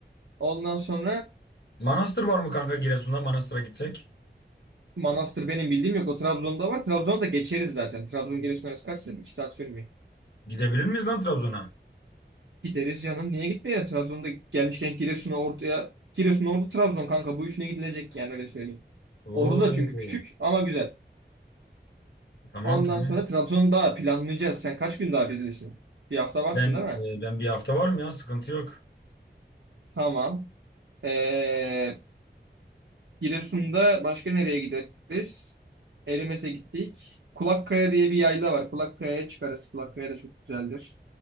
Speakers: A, on the right; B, on the left.
A: Ondan sonra
B: Manastır var mı kanka Giresun'da? Manastır'a gitsek.
A: Manastır benim bildiğim yok. O Trabzon'da var. Trabzon'da geçeriz zaten. Trabzon Giresun arası kaç saat? 2 saat sürmüyor.
B: Gidebilir miyiz lan Trabzon'a?
A: Gideriz canım. Niye gitmeyelim? Trabzon'da gelmişken Giresun'a ortaya. Giresun, Ordu, Trabzon kanka. Bu üçüne gidilecek yani öyle söyleyeyim.
B: Oo.
A: Ordu da çünkü küçük ama güzel.
B: Tamam
A: Ondan
B: tamam.
A: sonra Trabzon'u daha planlayacağız. Sen kaç gün daha bizdesin? Bir hafta varsın
B: Ben
A: değil mi?
B: e, ben bir hafta varım ya sıkıntı yok.
A: Tamam. Ee, Giresun'da başka nereye gideriz? Erimes'e gittik. Kulakkaya diye bir yayla var. Kulakkaya'ya çıkarız. Kulakkaya da çok güzeldir.